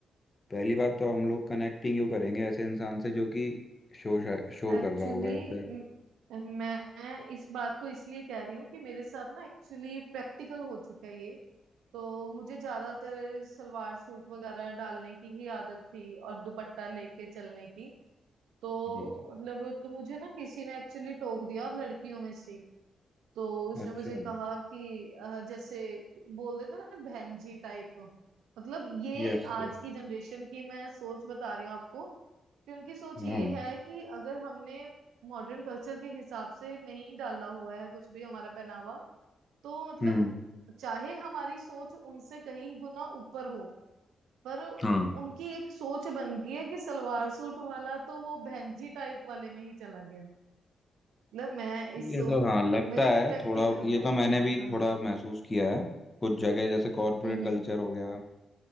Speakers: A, on the left (about 35°); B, on the right (about 80°).
A: पहली बात तो हम लोग कनेक्टिंग क्यों करेंगे ऐसे इंसान से जो कि शो शो
B: एक्चुअली
A: कर रहा होगा या फिर
B: मैं मैं इस बात को इसलिए कह रही हूँ कि मेरे साथ ना एक्चुअली प्रैक्टिकल हो चुका है ये तो मुझे ज्यादातर सलवार सूट वगैरह डालने की ही आदत थी और दुपट्टा लेके चलने की तो
A: जी जी
B: मतलब तो मुझे ना किसी ने एक्चुअली टोक दिया और लड़कियों में से तो उसने
A: अच्छा
B: मुझे कहा कि अ, जैसे बोल देते ना बहन जी टाइप मतलब ये
A: Yes
B: आज
A: yes
B: की जनरेशन की मैं सोच बता रही हूँ आपको कि उनकी सोच
A: हाँ
B: ये है कि अगर हमने मॉडर्न कल्चर के हिसाब से नहीं डाला हुआ है कुछ भी हमारा पहनावा तो मतलब
A: हम्म
B: चाहे हमारी सोच उनसे कहीं गुना ऊपर हो पर
A: हाँ
B: उनकी एक सोच बन गई है कि सलवार सूट वाला तो वो बहन जी टाइप वाले में ही चला गया मतलब मैं
A: ये
B: इस सो
A: तो हाँ लगता
B: मेरे प्रैक्टिकल
A: है थोड़ा ये
B: है
A: तो मैंने भी थोड़ा
B: हाँ
A: महसूस किया है कुछ जगह जैसे कॉरपोरेट
B: हम्म
A: कल्चर
B: हम्म
A: हो गया